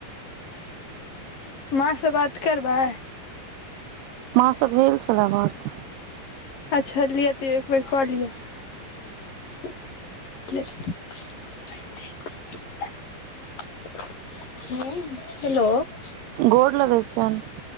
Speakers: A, on the left; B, on the right.
A: माँ से बात करबै
B: महाँ सँ भेल छलए बात
A: अच्छा लिअ तइयो एक बेेर कऽ लिय ले ह हेलो
B: गोर लगै छियनि